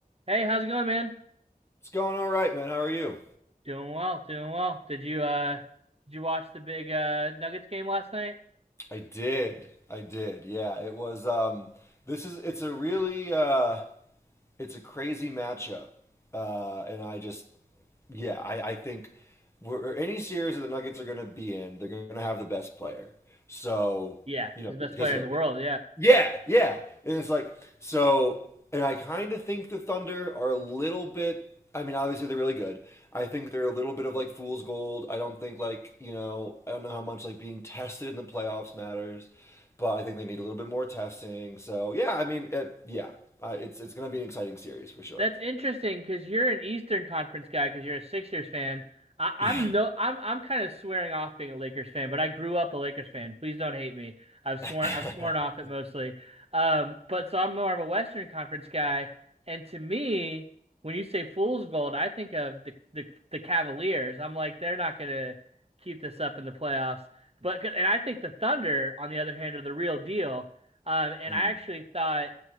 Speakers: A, on the right; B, on the left.
A: Hey, how's it going, man?
B: It's going all right, man. How are you?
A: Doing well, doing well. Did you uh did you watch the big uh Nuggets game last night?
B: I did. I did. Yeah, it was um this is it's a really uh it's a crazy matchup. Uh and I just yeah, I I think we're, any series that the Nuggets are going to be in, they're going to have the best player. So,
A: Yeah,
B: you know,
A: he's the best
B: because
A: player
B: Jokic.
A: in the world.
B: Yeah, yeah. And it's like so, and I kind of think the Thunder are a little bit. I mean, obviously they're really good. I think they're a little bit of like fool's gold. I don't think like you know I don't know how much like being tested in the playoffs matters, but I think they need a little bit more testing. So yeah, I mean, it, yeah, uh, it's it's gonna be an exciting series for sure.
A: That's interesting because you're an Eastern Conference guy because you're a Sixers fan. I, I'm
B: Yeah.
A: no, I'm I'm kind of swearing off being a Lakers fan, but I grew up a Lakers fan. Please don't hate me. I've sworn
B: <laughs>
A: I've sworn off it mostly. Um, but so I'm more of a Western Conference guy, and to me, when you say fool's gold, I think of the the, the Cavaliers. I'm like they're not gonna keep this up in the playoffs. But and I think the Thunder, on the other hand, are the real deal. Um, and
B: Mm,
A: I actually thought